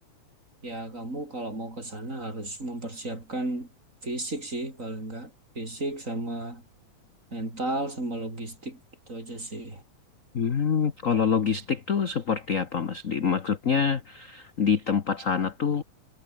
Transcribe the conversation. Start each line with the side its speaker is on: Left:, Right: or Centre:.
Right: ya kamu kalau mau ke sana harus mempersiapkan fisik sih, paling enggak fisik sama mental sama logistik itu aja sih.
Left: Hmm, kalau logistik tuh seperti apa, Mas Dwi? Maksudnya di tempat sana tuh